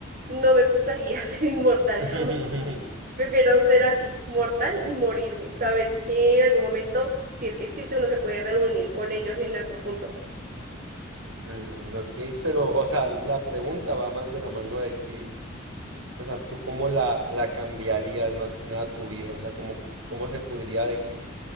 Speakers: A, on the right; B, on the right.
A: no me gustaría <laughs> ser inmortal
B: <laughs>
A: jamás. Prefiero ser así, mortal y morirme, saber que en algún momento, si es que existe, uno se puede reunir con ellos en algún punto.
B: Mm, ok, pero, o sea, la pregunta va más de la mano de que, o sea, tú cómo la, la cambiarías más que nada tu vida, o sea, cómo, cómo se podría de que